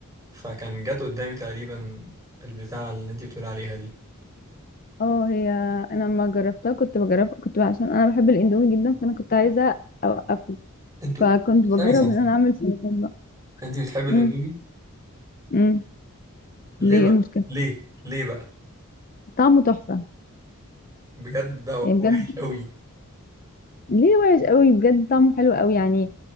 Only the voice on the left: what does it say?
اه هي انا لما جربتها كنت بجرب كنت عشان انا بحب الاندومي جدا فانا كنت عايزه اوقفه
فكنت بجرب
ان انا اعمل سلطان بقى
امم امم
ليه
إيه المشكله
طعمه تحفه
يعني
بجد
ليه وحش قوي بجد طعمه حلو قوي يعني